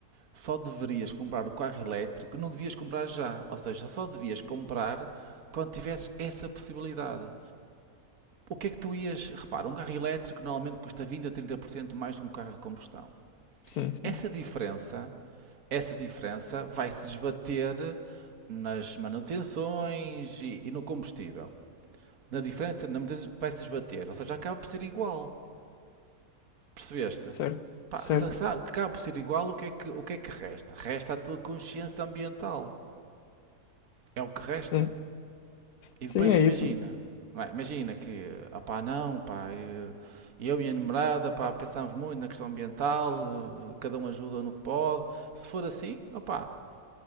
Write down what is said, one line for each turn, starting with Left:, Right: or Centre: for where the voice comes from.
Right: só deverias comprar o carro elétrico, não devias comprar já. Ou seja, só devias comprar quando tivesses essa possibilidade. O que é que tu ias. Repara, um carro elétrico normalmente custa 20 a 30% mais que um carro a combustão.
Left: sim, sim,
Right: Essa diferença, essa diferença vai se esbater nas manutenções e, e no combustível. na diferença, na mudança, vai-se esbater. Ou seja, acaba por ser igual. Percebeste?
Left: certo,
Right: Pá,
Left: certo,
Right: se acaba por ser igual, o que é que, o que é que resta? Resta a tua consciência ambiental. É o que
Left: sim,
Right: resta. E
Left: sim,
Right: depois
Left: é
Right: imagina.
Left: isso,
Right: não é? Imagina que, ah pá, não, pá, eh, eu e a namorada, pá, pensamos muito na questão ambiental, eh, cada um ajuda no que pode. Se for assim, opá,